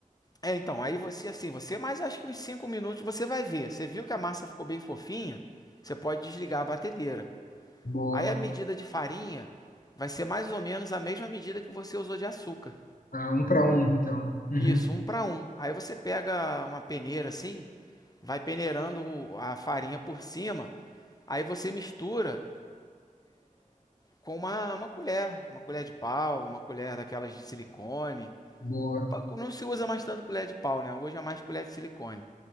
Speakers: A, on the left; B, on the left.
A: é então aí você assim, você mais acho que uns 5 minutos você vai ver. Você viu que a massa ficou bem fofinha, você pode desligar a batedeira.
B: Boa.
A: Aí a medida de farinha vai ser mais ou menos a mesma medida que você usou de açúcar.
B: Ah, um para um, então. Uhum.
A: Isso, um para um. Aí você pega uma peneira assim, vai peneirando o- a farinha por cima Aí você mistura com uma, uma colher, uma colher de pau, uma colher daquelas de silicone.
B: Boa.
A: Pa- Não se usa mais tanto colher de pau, né? Hoje é mais colher de silicone.